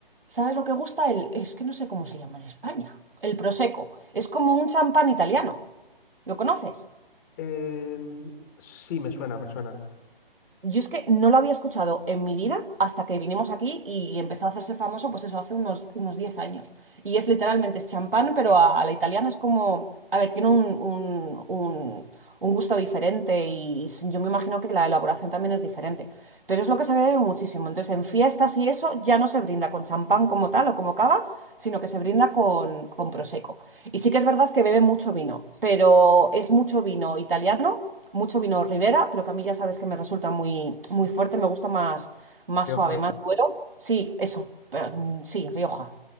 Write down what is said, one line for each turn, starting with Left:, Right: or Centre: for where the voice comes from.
Right: ¿sabes lo que gusta? El, es que no sé cómo se llama en España. El prosecco. Es como un champán italiano. ¿Lo conoces?
Left: Em, sí, me suena, me suena.
Right: Yo es que no lo había escuchado en mi vida hasta que vinimos aquí y empezó a hacerse famoso, pues eso, hace unos, unos 10 años. Y es literalmente, es champán, pero a, a la italiana es como, a ver, tiene un, un- un- un gusto diferente y s- yo me imagino que la elaboración también es diferente. Pero es lo que se ve muchísimo. Entonces, en fiestas y eso ya no se brinda con champán como tal o como cava, sino que se brinda con, con prosecco. Y sí que es verdad que beben mucho vino, pero es mucho vino italiano, mucho vino Ribera, pero que a mí ya sabes que me resulta muy, muy fuerte, me gusta más, más
Left: Rioja.
Right: suave, más duro. Sí, eso, pero, mm, sí, Rioja.